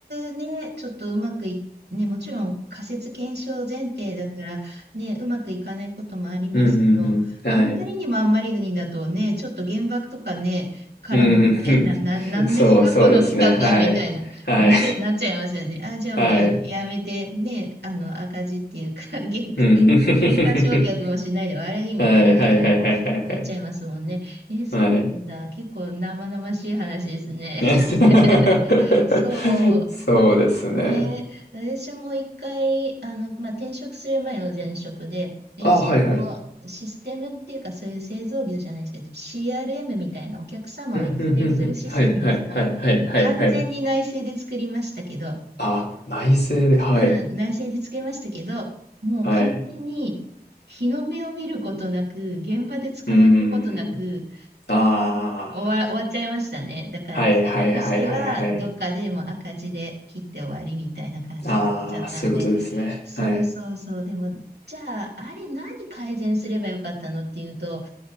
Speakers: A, on the right; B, on the left.
A: 画ね、ちょっとうまくい、ね、もちろん仮説検証前提だから、ね、うまくいかないこともありますけど、
B: うんうんうん。
A: あんまりにもあんまりにだとね、
B: はい。
A: ちょっと原爆とかね、からも、
B: うん。
A: え、な、な、
B: <laughs>
A: なんですか、
B: そう、そうですね。
A: この企画は、
B: はい。
A: みたいな、
B: はい。
A: ね、なっちゃいますよね。あ、じゃあもうやめ、
B: <laughs> はい。
A: やめて、ね、あの、赤字っていうか、原価、
B: うん。<laughs>
A: 原価償却もしないで悪いみたいな、
B: はいはいはいはいはいはい。
A: ね、なっちゃいますもんね。えーそうなんだ。
B: はい。
A: 結構生々しい話ですね。
B: ね。<laughs>
A: <laughs> そう、
B: そうですね。
A: なんかね、私も一回、あの、まあ、転職する前の前職で、えしあのシステムっていうか、
B: あ、はいはい。
A: そういう製造業じゃないですけど、CRM みたいなお客様を育成するシステムを完全に内製で作りましたけど、
B: うん、うんうんうん。はいはいはいはいはいはい。あ、内政で、はい。
A: うん、内製で作りましたけど、もう完全に日の目を見ることなく、
B: はい。
A: 現場で使われることなく、
B: うーん。ああ。
A: 終わ、終わっちゃいましたね。だから会社としては、
B: はいはいはいはいはい。
A: どっかでもう赤字で切って終わりみたいな感じになっちゃったんで、
B: ああ、そういうことですね。
A: そうそうそう。
B: はい。
A: でも、じゃあ、あれ何改善すればよかったのっていうと、